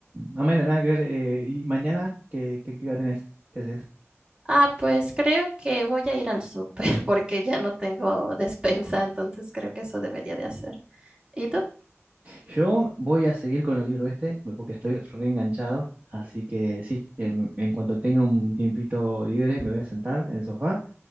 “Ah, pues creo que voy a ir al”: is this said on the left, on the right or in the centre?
Right